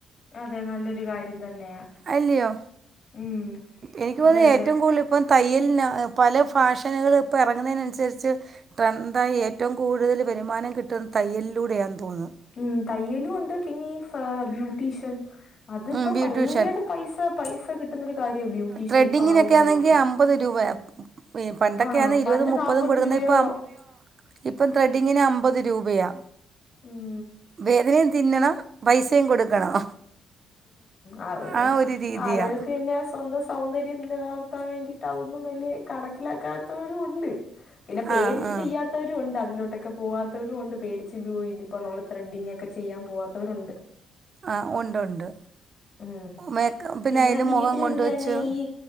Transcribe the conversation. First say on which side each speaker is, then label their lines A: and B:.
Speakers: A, on the left; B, on the right.
A: അതെ നല്ലൊരു കാര്യം തന്നെയാ
B: അല്ലയോ
A: ഉം
B: എനിക്ക് തോന്ന്
A: അതെ അതെ
B: ഏറ്റവും കൂടുതൽ ഇപ്പ തയ്യൽനാ പല ഫാഷനുകൾ ഇപ്പ എറങ്ങുന്നതിനനുസരിച്ച് ട്രൻഡായി ഏറ്റവും കൂടുതൽ വരുമാനം കിട്ടുന്ന തയ്യലിലൂടെയാ തോന്നു
A: ഉം തയ്യലും ഉണ്ട് പിന്നെ ഈ ഫ ബ്യൂട്ടീഷ്യൻ അതിപ്പോ
B: ഉം, ബ്യൂട്ടീഷ്യൻ
A: ഭയങ്കര പൈസ പൈസ കിട്ടുന്നൊരു കാര്യോ ബ്യൂട്ടീഷ്യൻ
B: ത്രെഡിങ്ങിനൊക്കെ
A: ഇപ്പൊ ആളുകളോരോ
B: ആണെങ്കിൽ അമ്പത് രൂപ പണ്ടൊക്കെയാണ്
A: ആഹ്
B: ഇരുപതും
A: പണ്ട്
B: മുപ്പതും
A: നാപ്പത്
B: കൊടുക്കുന്നത്
A: രൂവയോ
B: ഇപ്പം ഇപ്പം ത്രെഡിങ്ങിന് അമ്പത് രൂപയാ
A: ഉം
B: വേദനയും തിന്നണം പൈസയും കൊടുക്കണം
A: അത് പിന്നെ
B: ആ ഒരു രീതിയാണ്
A: ആളുകൾക്ക് പിന്നെ സ്വന്തം സൗന്ദര്യം നിലനിർത്താൻ വേണ്ടിട്ട് അതൊന്നും വല്ല്യ കണക്കിലാക്കാത്തവരുണ്ട് പിന്നെ പേടിച്ച്ട്ട്യ്യ
B: ആ ആ
A: ത്തവരുംണ്ട് അതിലോട്ടൊക്കെ പോകവാത്തവരു ണ്ട് പേടിച്ച് ബൂ ഇതിപ്പന്നൊള്ള് ത്രെഡിങ്ങക്കെ ചെയ്യാൻ പോവാത്തവരുണ്ട്
B: ആഹ് ഉണ്ട് ഉണ്ട്
A: ഉം
B: മേക്ക്
A: പിന്നെ
B: അതിൽ
A: വീട്ടിലിരുന്ന്
B: മുഖം കൊണ്ട് വെച്ച്
A: തന്നെ ഈ